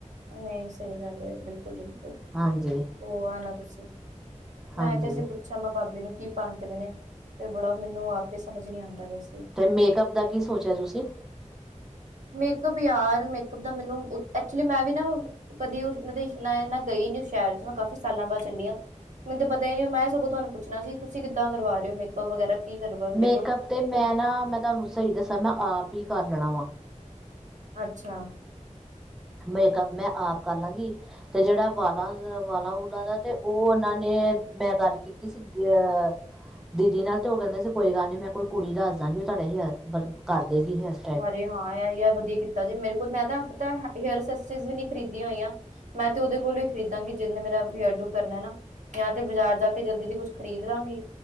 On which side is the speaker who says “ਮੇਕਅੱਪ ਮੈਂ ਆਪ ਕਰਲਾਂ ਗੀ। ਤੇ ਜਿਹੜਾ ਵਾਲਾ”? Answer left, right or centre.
Centre